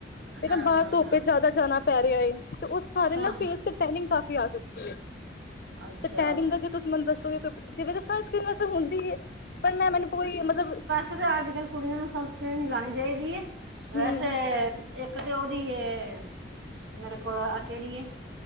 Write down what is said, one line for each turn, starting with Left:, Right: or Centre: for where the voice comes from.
Right: ਹਾਂ
Left: ਨਾ ਬਾਹਰ
Right: ਹਾਂ
Left: ਧੁੱਪ
Right: ਹਾਂ
Left: ਚ ਜ਼ਿਆਦਾ ਜਾਣਾ ਪੈ ਰਿਹਾ ਹੈ ਤੇ ਉਸ ਕਾਰਨ
Right: ਹਾਂ
Left: ਨਾ ਫੇਸ ਤੇ ਟਾਈਨਿੰਗ ਆ ਚੁੱਕੀ ਏ
Right: ਅੱਛਾ
Left: ਤੇ, ਟੈਰਿੰਗਲ ਜੇ ਤੁਸੀਂ ਮੈਨੂੰ ਦੱਸੋਗੇ ਜਿਵੇਂ ਤਾਂ ਸਨਸ੍ਰੀਨ ਵੈਸੇ ਹੁੰਦੀ ਏ। ਪਰ, ਮੈਂ ਮੈਨੂੰ ਕੋਈ ਮਤਲਬ
Right: ਇੱਥੇ ਤਾਂ ਅੱਜ ਕੱਲ ਕੁੜੀਆਂ ਨੂੰ ਸੰਨਸਕ੍ਰੀਨ ਨਈ ਲਉਣੀ ਚਾਹੀਦੀ ਏ। ਵੈਸੇ
Left: ਹੂੰ,
Right: ਇੱਕ ਤਾਂ ਉਹਦੀ ਹੈ ਮੇਰੇ ਕੋਲ ਕੇੜੀ ਐ?